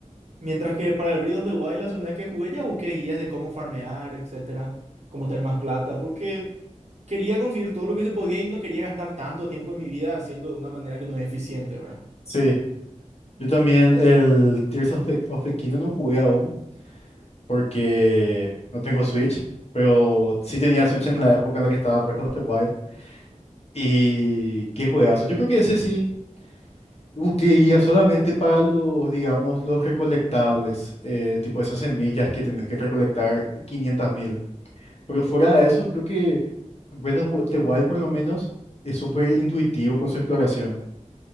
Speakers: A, on the right; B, on the left.
A: Mientras que para el Breath of the Wild, la segunda vez que jugué, ya busqué guías de cómo farmear, etcétera, cómo tener más plata, porque quería conseguir todo lo que se podía y no quería gastar tanto tiempo de mi vida haciendo de una manera que no es eficiente, ¿verdad?
B: sí. Yo también el Tears of the, of the Kingdom no jugué aún, porque no tengo Switch, pero sí tenía Switch en la época en la que estaba Breath of the Wild. Y qué juegazo. Yo creo que ese sí busqué guía solamente para los, digamos, los recolectables, eh, tipo esas semillas que tenés que recolectar 500.000. Pero fuera de eso, creo que Breath of the Wild por lo menos es súper intuitivo con su exploración.